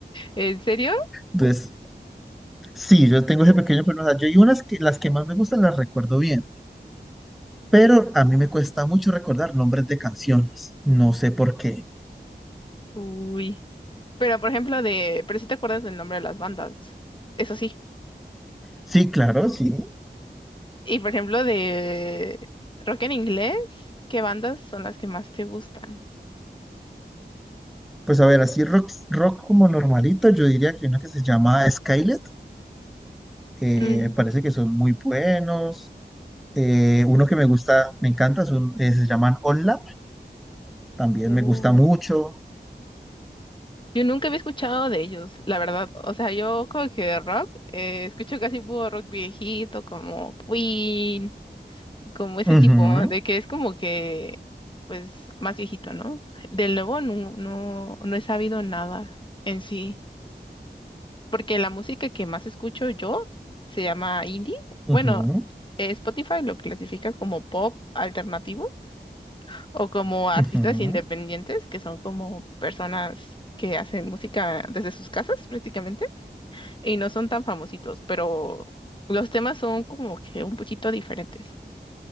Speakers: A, on the left; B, in the centre.
A: ¿En serio?
B: Entonces,
A: U-
B: sí, yo tengo ese pequeño problema. O sea, yo y unas que las que más me gustan las recuerdo bien, pero a mí me cuesta mucho recordar nombres de canciones. No sé por qué.
A: Uy. Pero por ejemplo de, pero si te acuerdas del nombre de las bandas, eso sí.
B: Sí, claro, sí.
A: Y por ejemplo de rock en inglés, ¿qué bandas son las que más te gustan?
B: Pues a ver, así rock, rock como normalito, yo diría que uno que se llama Skylet, eh,
A: Mm,
B: parece que son muy buenos. Eh, uno que me gusta, me encanta, es eh, se llaman OnLap, también
A: Uy.
B: me gusta mucho.
A: Yo nunca había escuchado de ellos, la verdad. O sea, yo como que de rock, eh, escucho casi puro rock viejito, como Queen, como ese
B: Ujú,
A: tipo, de que es como que, pues, más viejito, ¿no? Del nuevo no, no, no he sabido nada en sí, porque la música que más escucho yo se llama indie.
B: ujú,
A: Bueno, eh, Spotify lo clasifica como pop alternativo o como artistas
B: ujú.
A: independientes, que son como personas que hacen música desde sus casas prácticamente y no son tan famositos, pero los temas son como que un poquito diferentes.